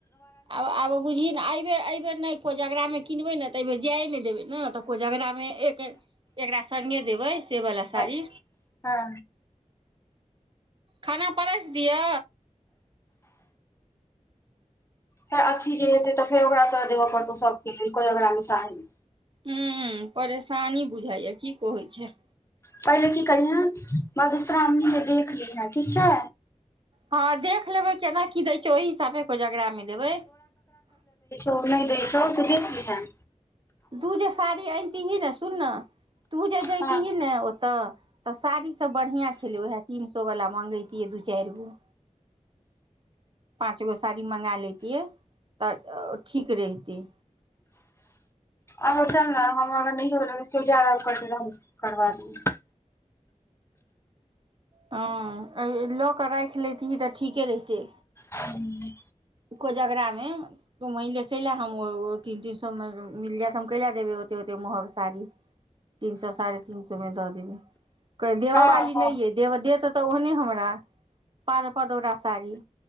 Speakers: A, on the right; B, on the left.
A: आब आब बुझही एहिबर एहिब बेर नहि कोजगरामे किनबै ने तऽ एहिबेर जाइ नहि देबै ने तऽ कोजगरामे एक एकरा सङ्गे देबै सेवला
B: चाही
A: साड़ी
B: हँ
A: खाना परेस दिअ
B: फेर अथी जे हेते त फेर ओकरा तोरा देबय पड़तौ सब के कोजगरा मे साडी
A: हू परेशानी बुझाइया की कहै छै
B: पहिले की करिहे मधुश्रावणी के देख लीहें ठीक छै
A: हँ देख लेबै केना की दै छै ओहि हिसाबे कोजगरा मे देबै
B: ओ नहि द छों से देख लीहांय
A: तू जे साड़ी अनतीही ने सुनना तू जे जतीही
B: हँ
A: ने ओतऽ तऽ साड़ीसभ बढ़िआँ छलै उएह तीन सए वला मँगेैतियै दू चारि गो पाँच गो साड़ी मँगा लैतियै तऽ ठीक रहितै
B: अ चल ने हम अगर नै रहबे कियो जा हम करबा देबो
A: हँ लऽ कऽ राखि लेैतही तऽ ठीके रहितै
B: हुँ
A: कोजगरा मे त मैन ले कैला हम तीन तीन सए मे मिल जा त हम कैला देबे ओते ओते महग साारी तीन सए साढ़े तीन सए मे द देबै कह देबऽ
B: हँ
A: वाली
B: हँ
A: नहि अइ दे देत तऽ ओहने हमरा पाद पदौरा साड़ी